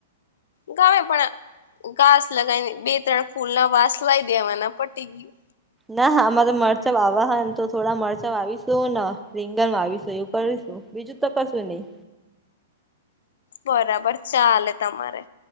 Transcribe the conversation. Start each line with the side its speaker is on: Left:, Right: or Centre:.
Left: ગમે પણ ઘાસ લગાવીને બે-ત્રણ ફૂલ ના વાસ લઈ દેવાના પટી ગયું.
Centre: નાહા અમારે મરચાં વાવા હે, તો થોડા મરચાં વાવીશું ને રીંગન વાવીસુ એવું કયીસુ. બીજું તો કશું ની.
Left: બરાબર, ચાલે તમારે.